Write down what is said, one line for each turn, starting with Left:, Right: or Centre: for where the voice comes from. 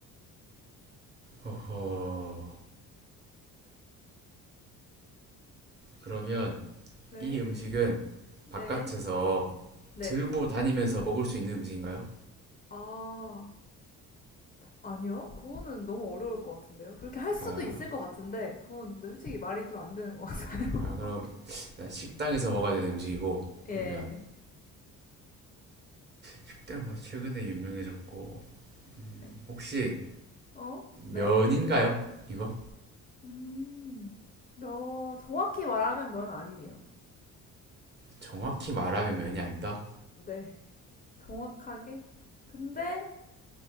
Right: 허허. 그러면
Left: 네.
Right: 이 음식은 바깥에서
Left: 네. 네.
Right: 들고 다니면서 먹을 수 있는 음식인가요?
Left: 아, 아니요? 그거는 너무 어려울 것 같은데요? 그렇게 할 수도
Right: 아,
Left: 있을 것 같은데, 그건 근데 솔직히 말이 좀 안 되는 것 같아요. <laughs>
Right: 아 그럼 식당에서 먹어야 되는 음식이고
Left: 예.
Right: 그러면 식당가 최근에 유명해졌고
Left: 네.
Right: 혹시
Left: 어? 네?
Right: 면인가요? 이거?
Left: 음, 면, 정확히 말하면 면 아니에요.
Right: 정확히 말하면 면이 아니다.
Left: 네, 정확하게. 근데